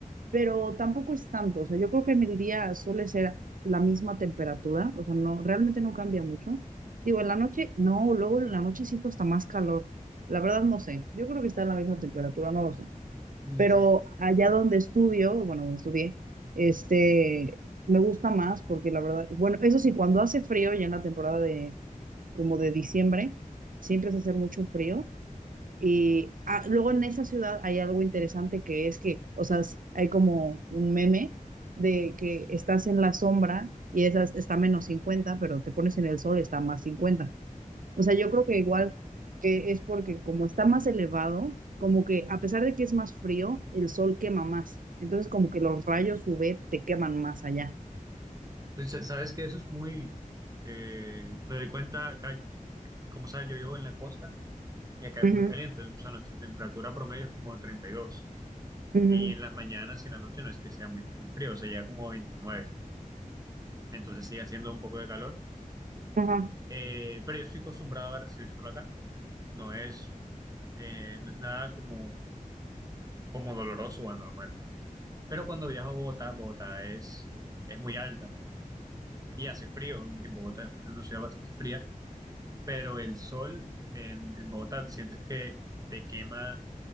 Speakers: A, on the right; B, on the right.
A: pero tampoco es tanto. O sea, yo creo que en el día suele ser la misma temperatura. O sea, no, realmente no cambia mucho. Digo, en la noche, no, luego en la noche siento hasta más calor. La verdad no sé. Yo creo que está en la misma temperatura, no lo sé.
B: Mm,
A: Pero
B: Sí.
A: allá donde estudio, bueno, donde estudié, este, me gusta más porque la verdad, bueno, eso sí, cuando hace frío, ya en la temporada de, como de diciembre, siempre hace hacer mucho frío y ah, luego en esa ciudad hay algo interesante que es que, o sea, s- hay como un meme de que estás en la sombra y esas está menos 50 pero te pones en el sol, está más cincuenta O sea, yo creo que igual que es porque como está más elevado, como que a pesar de que es más frío, el sol quema más. Entonces como que los rayos UV te queman más allá.
B: Pues, sa- sabes que eso es muy, eh, me doy cuenta acá, como sabes, yo vivo en la costa y acá
A: Ujú,
B: es muy caliente, o sea, nuestra temperatura promedio es como 32.
A: ujú,
B: Y en las mañanas y en la noche no es que sea muy, muy frío, o sea, ya como veintinueve Entonces sigue haciendo un poco de calor.
A: ajá.
B: Eh, pero yo estoy acostumbrado a recibir sol acá. No es, eh, no es nada como, como doloroso o anormal. Pero cuando viajo a Bogotá, Bogotá es, es muy alta y hace frío. En en Bogotá es una ciudad bastante fría, pero el sol en, en Bogotá sientes que te quema,